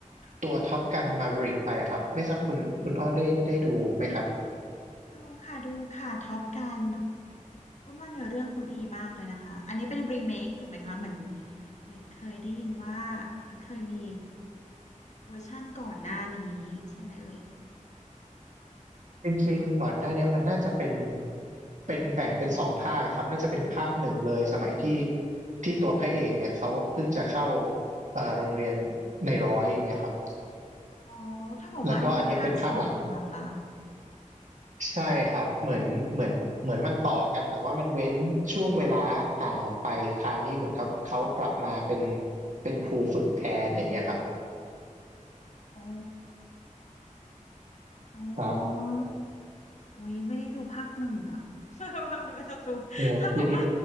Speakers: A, on the right; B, on the left.
A: ตัวท็อปกันมา v e ริกไปอะครับไม่ทราบคุณคุณอ้อนได้ได้ดูไหมครับ
B: ดูค่ะดูค่ะท็อปกันว่าเนื้อเรื่องเขาดีมากเลยนะคะอันนี้เป็นรีเมคถูกไหมคะเหมือนเหมือนเคยได้ยินว่าเอ่อเคยมีเวอร์ชั่นก่อนหน้านี้ใช่ไหมเอ่ย
A: จริงๆก่อนหน้าเนี้ยมันน่าจะเป็นเป็นแบ่งเป็นสองภาคอะครับน่าจะเป็นภาคหนึ่งเลยสมัยที่ที่ตัวพระเอกเนี่ยเขาเพิ่งจะเข้าเอ่อโรงเรียนในร้อยอย่างเงี้ยครับ
B: อ๋อถ้าเกิดว่าอันนี้เป็นภาคสองเหรอคะ
A: แล้วก็อันนี้เป็นภาคหลัง ใช่ครับเหมือนเหมือนเหมือนมันต่อกันแต่ว่ามันเว้นช่วงเวลาห่างออกไปคราวนี้เหมือนเขาเขากลับมาเป็น
B: ค่ะ
A: เป็นครูฝึกแทนอย่างเงี้ยครับ
B: โอ้ อ๋อ
A: ครับ
B: อุ้ยไม่ได้ดูภาคหนึ่งอะ <laughs> ไม่ต้องดู
A: โอ้อย่างนี้
B: ถ้าเกิดว่า